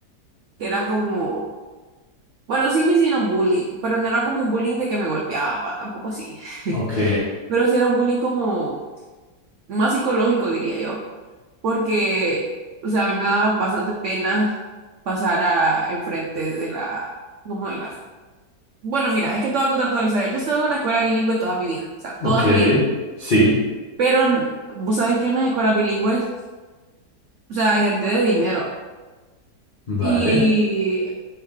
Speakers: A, on the right; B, on the left.
A: era como, bueno, sí me hicieron bullying, pero no era como un bullying de que me golpeaba, tampoco así.
B: ok,
A: Pero sí era un bullying como más psicológico, diría yo, porque, o sea, a mí me daba bastante pena pasar a enfrente de la, como de la... Bueno, mira, es que te voy a contar toda la historia. Yo estuve en una escuela bilingüe toda mi vida, o sea,
B: ok.
A: toda mi vida,
B: Sí,
A: pero vos sabés que en las escuelas bilingües, o sea, hay gente de dinero
B: vale,
A: y